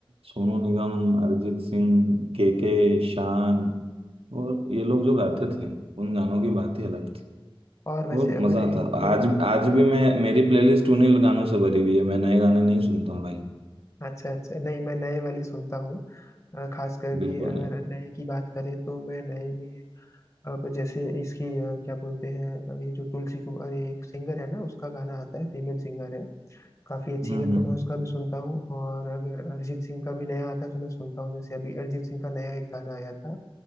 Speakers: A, on the right; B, on the left.
A: सोनू निगम अरिजीत सिंह के के शान और ये लोग जो गाते थे उन गानों की बात ही अलग
B: और वैसे
A: और
B: अगर
A: मजा आता
B: एक
A: आज आज भी मैं मेरी प्लेलिस्ट उन्हीं गानों से भरी हुई है मैं नए गाने नहीं सुनता हूँ भाई
B: अच्छा अच्छा नहीं मैं नए वाले सुनता हूँ अ, खास करके
A: बिल्कुल
B: अगर
A: नहीं
B: नए की बात करें तो मैं नए में अब जैसे इसकी अ, क्या बोलते हैं अ, ये जो तुलसी कुमार ये एक सिंगर है ना उसका गाना आता है फीमेल सिंगर है काफी अच्छी
A: हम्म
B: है तो
A: हम्म
B: मैं उसका भी सुनता हूँ और अगर अरिजीत सिंह का भी नया आता है तो मैं सुनता हूँ जैसे अभी अरिजीत सिंह का नया एक गाना आया था